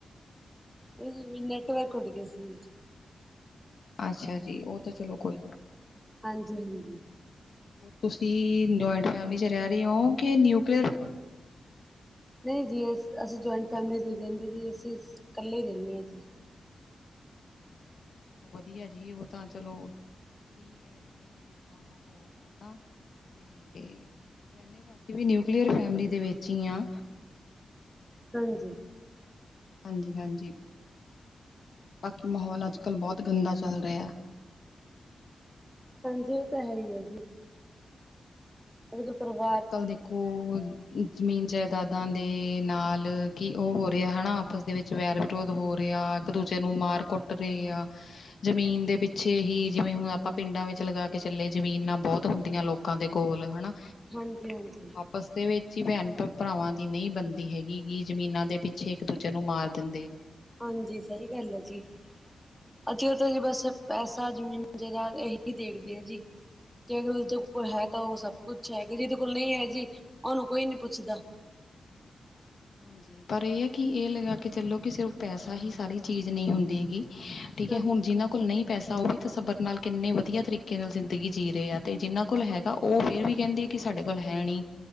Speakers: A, in the centre; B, on the left.
A: ਇ ਮੀ ਨੈਟਵਰਕ ਉੱਡ ਗਏ ਸੀ ਵਿੱਚ।
B: ਅੱਛਾ ਜੀ, ਉਹ ਤਾਂ ਚਲੋ ਕੋਈ
A: ਹਾਂਜੀ ਹਾਂਜੀ।
B: ਤੁਸੀਂ-----ਜੁਆਇੰਟ ਫੈਮਿਲੀ ਚ ਰਹਿ ਰਹੇ ਓ, ਕਿ ਨਿਊਕਲੀਅਰ?
A: ਨਹੀਂ ਜੀ, ਅਸ ਅਸੀਂ ਜੁਆਇੰਟ ਫੈਮਿਲੀ ਚ ਨ ਰਹਿੰਦੇ ਜੀ, ਅਸੀਂ ਕੱਲੇ ਹੀ ਰਹਿੰਦੇ ਹਾਂ ਜੀ।
B: ਅੱਛਾ ਜੀ, ਚਲੋ ਵਧੀਆ ਜੀ, ਉਹ ਤਾਂ ਚਲੋ ਠੀਕ ਹੈ, ਜਿਵੇਂ ਜਿਵੇਂ ਆਪਾਂ ਮਾਹੌਲ ਏਨਾ। ਤੇ ਰਹਿੰਦੇ ਤਾਂ ਅਸੀਂ ਵੀ ਨਿਊਕਲੀਅਰ ਫੈਮਿਲੀ ਦੇ ਵਿੱਚ ਹੀ ਆ।
A: ਹਾਂਜੀ।
B: ਹਾਂਜੀ, ਹਾਂਜੀ, ਬਾਕੀ ਮਾਹੌਲ ਅੱਜ-ਕੱਲ ਬਹੁਤ ਗੰਦਾ ਚੱਲ ਰਿਹਾ।
A: ਹਾਂਜੀ, ਉਹ ਤਾਂ ਹੈ ਹੀ ਹੈ ਜੀ। ਹਜੇ ਤੇ ਪਰਵਾਹ
B: ਕੱਲ੍ਹ ਦੇਖੋ ਜ਼ਮੀਨ ਜਾਇਦਾਦਾਂ ਦੇ ਨਾਲ ਕੀ ਉਹ ਹੋ ਰਿਹਾ, ਹੈਨਾ ਆਪਸ ਦੇ ਵਿੱਚ। ਵੈਰ ਵਿਰੋਧ ਹੋ ਰੇ ਆ, ਇੱਕ ਦੂਜੇ ਨੂੰ ਮਾਰ ਕੁੱਟ ਰਹੇ ਆ। ਜ਼ਮੀਨ ਦੇ ਪਿੱਛੇ ਹੀ, ਜਿਵੇਂ ਹੁਣ ਆਪਾਂ ਪਿੰਡਾਂ ਵਿੱਚ ਲਗਾ ਕੇ ਚੱਲੇ, ਜ਼ਮੀਨਾਂ ਬਹੁਤ ਹੁੰਦੀਆਂ ਲੋਕ ਕਾਂ ਦੇ ਕੋਲ, ਹਨਾ?
A: ਹਾਂਜੀ-ਹਾਂਜੀ।
B: ਬਸਦੇ ਵਿੱਚ ਹੀ ਭੈਣ ਭ ਭਰਾਵਾਂ ਦੀ ਨਹੀਂ ਬਣਦੀ ਹੈਗੀ ਨੀ, ਜ਼ਮੀਨਾਂ ਦੇ ਪਿੱਛੇ ਇੱਕ ਦੂਜੇ ਨੂੰ ਮਾਰ ਦਿੰਦੇ ਆ
A: ਹਾਂਜੀ, ਸਹੀ ਗੱਲ ਐ ਜੀ। ਅਜ ਜੀ ਬਸ ਪੈਸਾ, ਜਮੀਨ, ਜਦਾਦ, ਇਹੀ ਦੇਖਦੇ ਆ ਜੀ। ਜਿਹਦੇ ਕੋਲ ਹੈਗਾ, ਤਾਂ ਉਹ ਸਭ
B: ਹਾਂਜੀ
A: ਕੁਛ ਹੈਗਾ, ਜਿਹਦੇ ਕੋਲ ਨਹੀਂ ਹੈ ਜੀ, ਉਹਨੂੰ ਕੋਈ ਨੀ ਪੁੱਛਦਾ।
B: ਹਾਂਜੀ, ਪਰ ਇਹ ਹੈ ਕਿ, ਇਹ ਲਗਾ ਕੇ ਚਲੋ ਕਿ ਸਿਰਫ਼ ਪੈਸਾ ਹੀ ਸਾਰੀ ਚੀਜ਼ ਨਹੀਂ ਹੁੰਦੀ ਗੀ ਠੀਕ
A: ਹਾਂਜੀ
B: ਹੈ? ਹੁਣ ਜਿਨਾਂ ਕੋਲ ਨਹੀਂ ਪੈਸਾ ਉਹ ਵੀ ਤ ਸਬਰ ਨਾਲ ਕਿੰਨੇ ਵਧੀਆ ਤਰੀਕੇ ਨਾਲ ਜ਼ਿੰਦਗੀ ਜੀ ਰਹੇ ਆ, ਤੇ ਜਿਨਾਂ ਕੋਲ ਹੈ ਹਾਂ, ਉਹ ਫੇਰ ਵੀ ਕਹਿੰਦੇ ਹੈ ਕਿ ਸਾਡੇ ਕੋਲ ਹੈ ਨਹੀਂ,